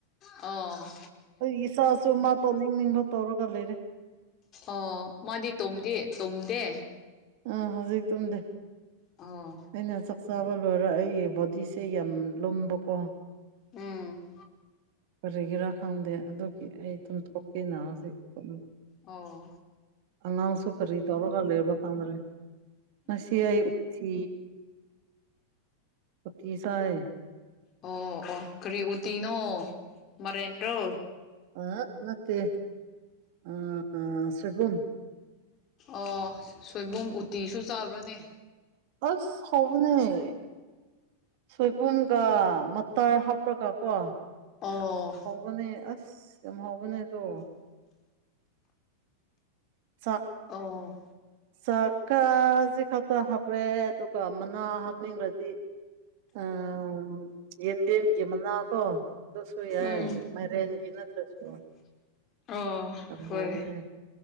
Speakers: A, on the left (about 35°); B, on the right (about 50°).
A: ꯑꯧ
B: ꯑꯩ ꯏꯆꯥꯁꯨ ꯃꯥ ꯇꯧꯅꯤꯡꯅꯤꯡꯕ ꯇꯧꯔꯒ ꯂꯩꯔꯦ
A: ꯑꯣ ꯃꯥꯗꯤ ꯇꯨꯝꯗꯦ ꯇꯨꯝꯗꯦ
B: ꯎꯝ ꯍꯧꯖꯤꯛ ꯇꯨꯝꯗꯦ
A: ꯑꯣ
B: ꯑꯩꯅ ꯆꯥꯛ ꯆꯥꯕ ꯂꯣꯏꯔ ꯑꯩꯒꯤ ꯕꯣꯗꯤꯁꯦ ꯌꯥꯝ ꯂꯨꯝꯕꯀꯣ
A: ꯎꯝ
B: ꯀꯔꯤꯒꯤꯔꯥ ꯈꯪꯗꯦ ꯑꯗꯨꯒꯤ ꯑꯩ ꯇꯨꯝꯊꯣꯛꯀꯦꯅ ꯍꯧꯖꯤꯛ ꯇꯨꯝ
A: ꯑꯧ
B: ꯑꯉꯥꯡꯁꯨ ꯀꯔꯤ ꯇꯧꯔꯒ ꯂꯩꯕ꯭ꯔꯥ ꯈꯪꯗꯔꯦ ꯉꯁꯤ ꯑꯌꯨꯛ ꯊꯤ ꯎꯇꯤ ꯆꯥꯏ
A: ꯑꯣ ꯑꯣ ꯀꯔꯤ ꯎꯇꯤꯅꯣ ꯃꯥꯏꯔꯦꯟꯔꯣ
B: ꯑꯍꯥ ꯅꯠꯇꯦ ꯑ ꯁꯣꯏꯕꯨꯝ
A: ꯑꯣ ꯁꯣꯏꯕꯨꯝ ꯎꯇꯤꯁꯨ ꯆꯥꯕ꯭ꯔꯥꯅꯦ
B: ꯑꯁ ꯍꯥꯎꯕꯅꯦ ꯁꯣꯏꯕꯨꯝꯒ ꯃꯠꯇ꯭ꯔ ꯍꯥꯞꯔꯒ ꯀꯣ
A: ꯑꯣ
B: ꯍꯥꯎꯕꯅꯦ ꯑꯁ ꯌꯥꯝ ꯍꯥꯎꯕꯅꯦ ꯑꯗꯣ ꯆꯥꯛ
A: ꯑꯣ
B: ꯆꯥꯛ ꯀ ꯁꯤ ꯈꯛꯇ ꯍꯥꯞꯄꯦ ꯑꯗꯨꯒ ꯃꯅꯥ ꯍꯥꯞꯅꯤꯡꯈ꯭ꯔꯗꯤ ꯎꯝ ꯌꯦꯟꯗꯦꯝꯒꯤ ꯃꯅꯥꯀꯣ ꯑꯗꯨꯁꯨ ꯌꯥꯏ
A: ꯎꯝ
B: ꯃꯥꯏꯔꯦꯟꯒꯤ ꯅꯠꯇ꯭ꯔꯁꯨ
A: <inaudible> ꯑꯣ
B: ꯌꯥꯝ
A: ꯍꯣꯏ
B: ꯍꯧꯕꯅꯦ